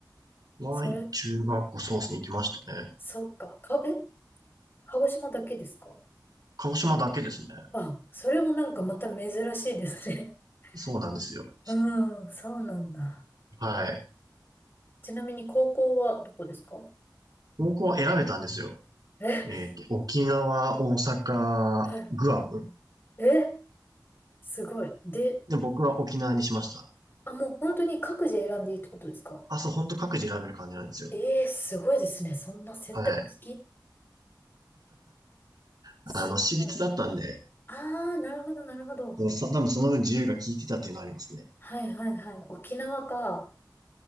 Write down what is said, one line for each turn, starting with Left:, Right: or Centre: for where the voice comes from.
Right: Y
Left: それ、
Right: 中学校ソースに行きましたね。
Left: そっか。か、え、鹿児島だけですか
Right: 鹿児島だけですね。
Left: あ、それもなんかまた珍しいですね。
Right: そうなんですよ。
Left: <laughs> うん、そうなんだ。
Right: はい。
Left: ちなみに高校はどこですか
Right: 高校は選べたんですよ。
Left: え、
Right: えっと、沖縄、大阪、
Left: <laughs> はい。
Right: グアム。
Left: え、すごい。で、
Right: で、僕は沖縄にしました。
Left: あ、もう本当に各自選んでいいってことですか
Right: あ、そう、ほんと各自選べる感じなんですよ。
Left: ええー、すごいですね。そんな選択式
Right: はい。
Left: すごい。
Right: あの、私立だったんで、
Left: ああ、なるほど、なるほど。
Right: そうそ多分その分自由が効いてたっていうのはありますね。
Left: はいはいはい。沖縄か。